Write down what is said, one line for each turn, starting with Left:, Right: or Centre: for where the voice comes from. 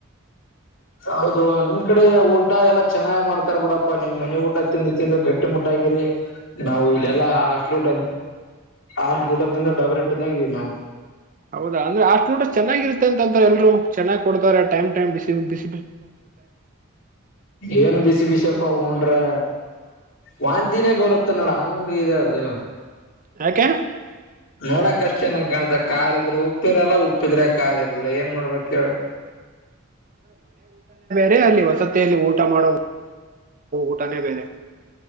Left: ಹೌದು ನಿಮ್ ಕಡೆ ಊಟ ಎಲ್ಲಾ ಚೆನ್ನಾಗ್ ಮಾಡ್ತಾರ ಬಿಡಪ್ಪಾ ನಿಮ್ ಮನೆ ಊಟ ತಿಂದು ತಿಂದು ಗಟ್ಟಿ ಮಾಡ ಮೋಟಾಗಿರೆ ನಾವು ಇದೆಲ್ಲ
Right: ಹ್ಮ್
Left: ಹಾಸ್ಲು ಊಟ ಹಾಸ್ ಊಟದಿಂದ ಡಬರ್ಟ್ಟದಂಗಿದವಿ ನಾವು
Right: ಹೌದಾ ಅಂದ್ರ ಆಷ್ಟ ಊಟ ಚೆನ್ನಾಗಿರುತ್ತತೆ ಅಂತಾರೆ ಎಲ್ರು ಚೆನ್ನ್ ಕೊಡ್ತಾರೆ ಟೈಮ್ ಟೈಮ್ ಬಿಸಿ ಬ
Left: ಏನು ಬಿಸಿ ಬಿಸಿ ಪ್ಪ ಉಂಡ್ರೆ ವಾಂತಿನೇ ಬರುತ್ತ ನೋಡ ಹಂಗ ಇದೆ ಅದು
Right: ಯಾಕೇ
Left: ನೋಡಕ್ ಅಷ್ಟೇ ಚನ್ನಾಗಿ ಕಾಣುತ್ತೆ ಕಾರ್ ಇದ್ರೆ ಉಪ್ಪಿರಲ್ಲ ಉಪ್ಪಿದ್ರೆ ಕಾರ್ ಇರಲ್ಲ ಏನ್ ಮಾಡ್ಬೇಕ
Right: ಅೇ ಅಲ್ಲಿ ವಸತಿಯಲ್ಲಿ ಊಟ ಮಾಡೋ ಊಟನೇ ಬೇರೆ